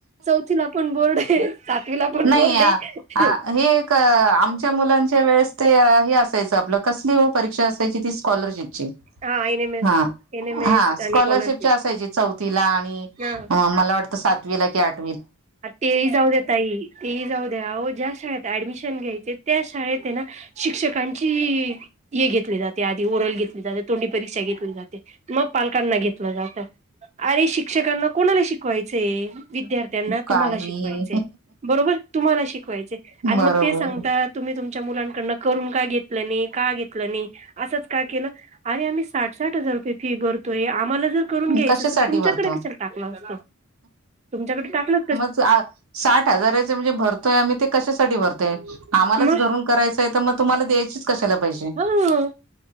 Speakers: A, on the right; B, on the right.
A: चौथीला पण बोर्ड आहे. सातवीला पण
B: नाही
A: बोर्ड
B: ये
A: आहे.
B: हे एक आमच्या मुलांच्या वेळेस ते हे असायचं आपलं कसली हो परीक्षा असायची ती स्कॉलरशिपची.
A: हा एम एस
B: हा
A: एन एम एस
B: हा स्कॉलरशिपच्या
A: आणि स्कॉलरशिप
B: असायची चौथीला आणि
A: हा.
B: मला वाटतं सात वीला की आठ
A: आ तेही जाऊ द्या ताई ते ही जाऊ द्या, आवो ज्या शाळेत ऍडमिशन घ्यायचे त्या शाळेत ना शिक्षकांची हे घेतली जाते आधी ओरल घेतली जाते तोंडी परीक्षा घेतली जाते मग पालकांना घेतलं जातं. अरे शिक्षकांना कोणाला शिकवायचंय विद्यार्थ्यांना
B: काही
A: तुम्हाला शिकवायच ये बरोबर तुम्हाला शिकवाय च ये आणि
B: बरोबर
A: मग ते सांगता तुम्ही तुमच्या मुलांन कडन करून का घेत नाही, का घेतला नाही आसच का केल आरे मी साठ साठ हजार रुपये फी भरतोय आम्हाला जर करून घ्यायच
B: कशासाठी
A: असेल जर तुमच्याकडे
B: भरतो
A: कशाला टाकल असत. तुमच्याकडे टाकलं
B: साठ साठ हजाराच म्हणजे भरतोय आम्ही ते कशासाठी भरतोय? आम्हालाच
A: मग
B: घरून करायचं आहे तर मग तुम्हाला द्यायचीच कशाला
A: हा
B: पैशे.